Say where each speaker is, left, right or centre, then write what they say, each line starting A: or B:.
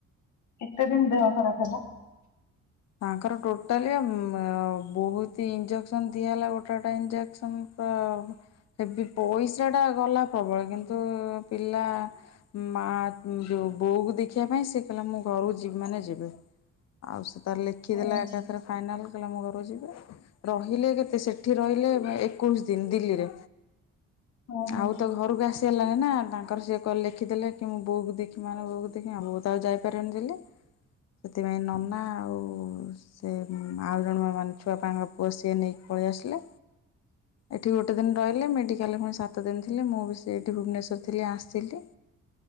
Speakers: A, on the left (about 75°); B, on the left (about 60°).
A: କେତେ ଦିନ ଦେହ ଖରାପ ହେଲା?
B: ତାଙ୍କର ଟୋଟାଲି ବହୁତ ଇଞ୍ଜେକ୍ସନ ଦିଆ ହେଲା ଗୋଟାଟା ଇଞ୍ଜେକ୍ସନ ହେବ ପଇସା ଟା ଗଲା ପ୍ରବଳ କିନ୍ତୁ ପିଲା ମା ଯୋଉ ବୋଉକୁ ଦେଖିବା ପାଇଁ ସେ କହିଲା ମୁଁ ଘରକୁ ଯ ମାନେ ଯିବେ ଆଉ ସେ ତାର ଲେଖିଦେଲା
A: ଓହୋ
B: ଏକାଥରେ ଫାଇନାଲ୍ <unintelligible> ଆମ ଘ ଯିବେ ରହିଲେ କେତେ ସେଠି ରହିଲେ ଏକୋଇଶ ଦିନ ଦିଲ୍ଲୀରେ।
A: ଓହୋ
B: ଆଉ ତା ଘରକୁ ଆସି ସେ ହେଲାଣି ନା ତାଙ୍କର ସିଏ କ ଲେଖିଦେଲେ କି ମୁଁ ବୋଉକୁ ଦେଖି ମାନେ ବୋଉକୁ ଦେଖି ଆ ବୋତ ଆଉ ଯାଇପାରିବନି ସେଥିପାଇଁ ନନା ଆଉ ସେ ଆଉ ଜଣ ମାନେ ଛୁଆପାଙ୍କ ପୁଅ ସିଏ ନେଇକି ପଳେଇ ଆସିଲା ଏଠି ଗୋଟେ ଦିନ ରହିଲେ ମେଡ଼ିକାଲରେ ପୁଣି ସାତ ଦିନ ଥିଲେି ମୁଁ ବି ସେ ଏଠି ଭୁବନେଶ୍ୱର ଥିଲି ଆସିଥିଲି